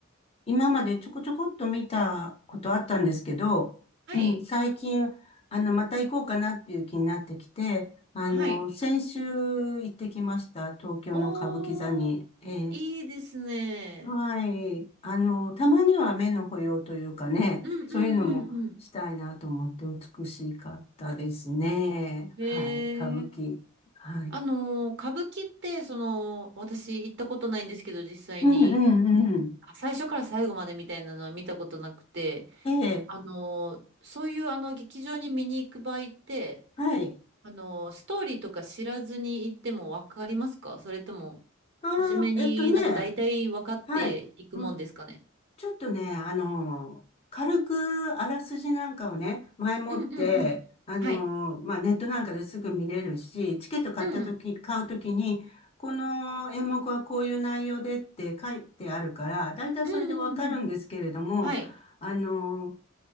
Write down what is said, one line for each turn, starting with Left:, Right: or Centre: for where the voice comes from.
Left: 今までちょこちょこっと見たことあったんですけど、<clears throat>
Right: はい。
Left: うん最近、あの、また行こうかなっていう気になってきて、あの、
Right: はい。
Left: 先週行ってきました。東京の歌舞伎座に。
Right: おー、
Left: ええ
Right: いいですね。
Left: はい。あの、たまには目の保養というかね、
Right: うんうんうんう
Left: そういうのもしたいなと思って美しかったですね。
Right: ん。
Left: はい。
Right: へえ。
Left: 歌舞伎。はい。
Right: あのー、歌舞伎って、その、私行ったことないんですけど、実際に、
Left: うんうんうん。
Right: あ最初から最後までみたいなのは見たことなくて、
Left: ええ。
Right: あのー、そういうあの劇場に見に行く場合って、
Left: はい。
Right: あのー、ストーリーとか知らずに行ってもわかりますかそれとも、初めになんか大体分かっていくもんですかね
Left: ああ、えっとね。はい。まちょっとね、あの、軽くあらすじなんかをね、前もって、
Right: うんうんうん。
Left: あの、
Right: はい。
Left: まあ、ネットなんかですぐ見れるし、チケット買ったとき、
Right: うん。
Left: 買うときに、この演目はこういう内容でって書いてあるから、だいたいそれでわかるんですけれども、
Right: うんうんうん。はい。
Left: あの、